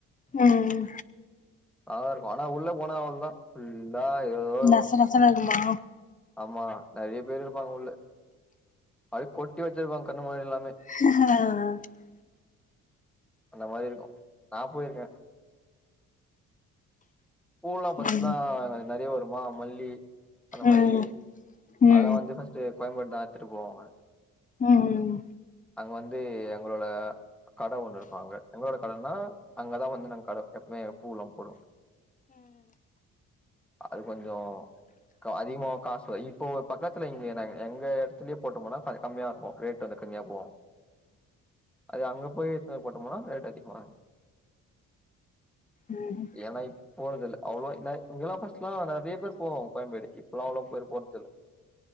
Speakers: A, on the left; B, in the centre.
A: ம்
B: அழகாருக்கு ஆனா உள்ள போனா அவ்ளோ தா ஃபுல்லா ஏதேதோ இருக்கு
A: நச நசன்னு இருக்குமா
B: ஆமா நெறைய பேரு இருப்பாங்க உள்ள அப்டி கொட்டி வச்சிருப்பாங்க கண்ணு முன்னாடி எல்லாமே
A: ஆ
B: அந்த மாரி இருக்கு நா போயிருக்கே பூயெல்லாம் ஃபர்ஸ்ட்லா
A: ம்
B: நறைய வருமா மல்லி அந்த மாரி
A: ம் ம்
B: அதெல்லா வந்து ஃபஸ்ட்டு கோயம்பேடு தா எத்துட்டு போவாங்க
A: ம் ம்
B: அங்க வந்து எங்களோட கடை ஒண்ணு இருப்பாங்க எங்களோட கடைன்னா அங்கதான் வந்து நா கடை எப்பவுமே பூவெல்லாம் போடுவோம் அது கொஞ்சோ க அதிகமா காசுவ இப்போ பக்கத்துல இங்க எங்க எடத்துலயே போட்டமுனா கொஞ்ச கம்மியா இருக்கு ரேட் ட்டந்து கம்மியா போம் அது அங்க போய் போட்டோமுனா ரேட்டு எத்திக்குவாங்க
A: ம்
B: ஏன்னா இப் போறதில்ல அவ்ளோவா நா இங்கெல்லாம் ஃபர்ஸ்ட்லா நறைய பேர் போவோம் கோயம்பேடு இப்பல்லா அவ்ளோ பேர் போறதில்ல